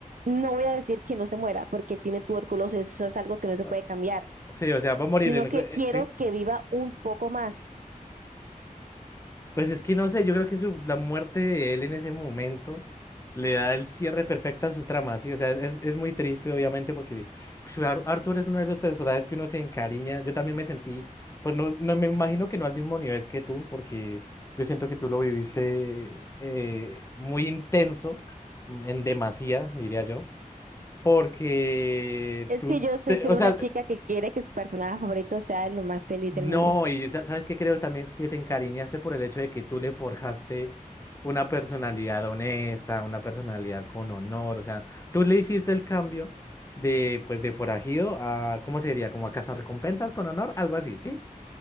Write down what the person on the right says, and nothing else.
no voy a decir que no se muera, porque él tiene tuberculosis, eso es algo que no se
puede cambiar,
sino
que
quiero
que viva un poco más.
Es
que yo soy
solo
una chica que quiere que su personaje favorito sea lo más feliz
del mundo.